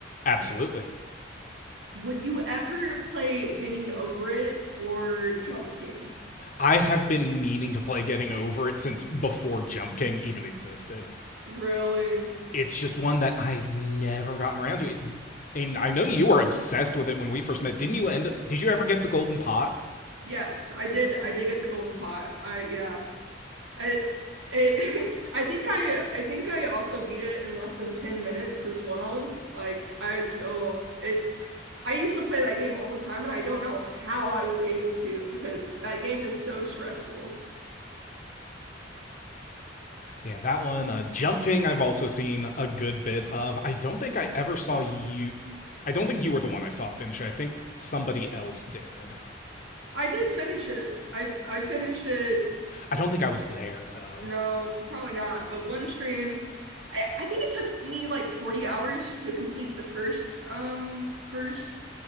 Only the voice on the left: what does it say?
absolutely.
I have been meaning to play Getting Over It since before Jump King even existed.
It's just one that I've never gotten around to. It, and I know you were obsessed with it when we first met. Didn't you end? Did you ever get the Golden Pot?
Yeah, that one. Uh, Jump King. I've also seen a good bit of. I don't think I ever saw you. I don't think you were the one I saw finish it. I think somebody else did.
I don't think I was there though.